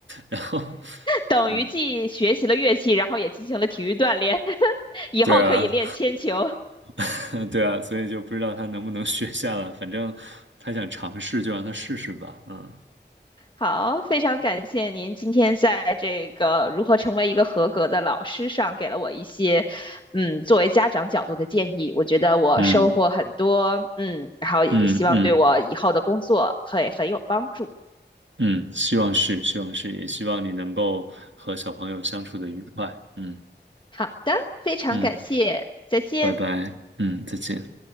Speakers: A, on the right; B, on the left.
A: <laughs> 然后，
B: 等于既学习了乐器，
A: 嗯，
B: 然后也进行了体育锻炼，<laughs> 以后可以练铅球。
A: 对啊，<laughs> 对啊，所以就不知道他能不能学下来，反正他想尝试就让他试试吧，嗯
B: 好，非常感谢您今天在这个如何成为一个合格的老师上给了我一些，嗯，作为家长角度的建议，我觉得我收获很多，
A: 嗯
B: 嗯，然后也希望对我以后的工作会很有帮助。
A: 嗯嗯嗯，希望是，希望是，也希望你能够和小朋友相处的愉快，嗯
B: 好的，非常感谢，
A: 嗯，
B: 再见。
A: 拜拜，嗯，再见。